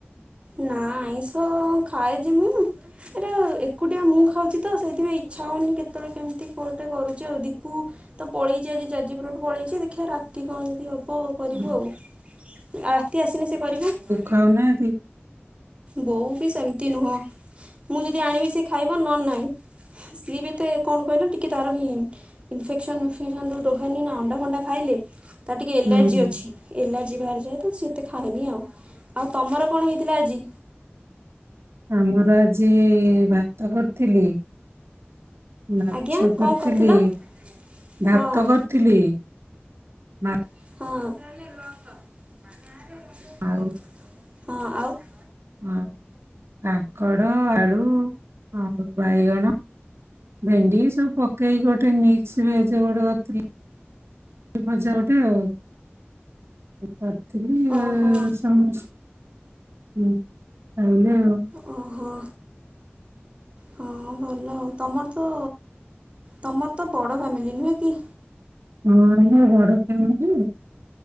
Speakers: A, on the right (about 25°); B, on the right (about 75°).
A: ନା ଆଇଁଷ ଖାଏ ଯେ ମୁୁ ଏରା ଏକୁଟିଆ ମୁଁ ଖାଉଚି ତ ସେଇଥିପାଇଁ ଇଚ୍ଛା ହଉନି କେତେବେଳେ କେମିତି ଗୋଟେ କରୁଚି। ଆଉ ଦୀପୁ ତ ପଳେଇଚି ଆଜି ଯାଜିପୁର ପଳେଇଚି ଦେଖିଆ ରାତି କଣ ଯଦି ହବ ଆଉ। କରିବୁ
B: ହୁଁ,
A: ଆଉ। ରାତିରେ ଆସିଲେ ସେ କରିବ ଆଉ।
B: ଖାଉନାହାନ୍ତିି?
A: ବୋଉର ବି ସେମତି ନୁହଁ। ମୁଁ ଯଦି ଆଣିବି ସେ ଖାଇବ ନହେଲେ ନାଇଁ। ସିଏ ବି ଏତେ କଣ କହିଲ ଟିକେ ତାର ବି ଇନଫେକ୍ସନ ବିଫେକ୍ସନ ରହେନି ନା ଅଣ୍ଡା ଫଣ୍ଡା ଖାଇଲେ ତା ଟିକେ ଏଲାର୍ଜି
B: ହୁଁ
A: ଅଛି। ଏଲର୍ଜି ବାହାରିଯାଏ ତ ସିତେ ଖାଏନି ଆଉ ଆଉ। ତମର କଣ ହେଇଥିଲା ଆଜି?
B: ଆମର ଆଜି ଭା ତ କରିଥିଲି -- ମାଛ
A: ଆଜ୍ଞା
B: କରିଥିଲି,
A: କଣ କରିଥିଲ? ହଁ
B: ଭାତ କରିଥିଲି। ମାଛ
A: ହଁ, ହଁ
B: କରି-
A: ଆଉ
B: ହଁ, କାଙ୍କଡ଼, ଆଳୁ ଆଉ ବାଇଗଣ। ଭେଣ୍ଡି ସବୁ ପକେଇକି ଗୋଟେ ମିକ୍ସଭେଜ ଗୋଟେ କରିଥିଲି। ଭଜା ଗୋଟେ ଆଉ। ହ କରିଥିଲି
A: ଓହୋ
B: ସମସ୍ତେ ହୁଁ ଖାଇିଲେ ଆଉ।
A: ଓ ହୋ ହଁ ଭଲ ତମର ତ ତମର ତ ବଡ଼ ଫ୍ୟାମିଲି ନୁହେଁ କି?
B: ହଁ ହେଲା ବଡ଼ ଫ୍ୟାମିଲି ଯେ।